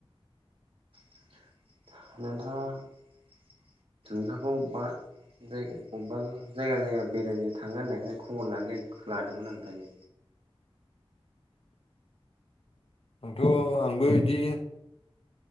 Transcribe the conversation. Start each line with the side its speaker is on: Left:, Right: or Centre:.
Right: <inaudible> नोंथाङा नोंथांखौ बा जायगा अबेबा जायगा जायगा बेरायनो थाङो होननायखाय खबर लानो लादोंमोन आं ओंखायनो।
Left: आंथ' आंबो बिदि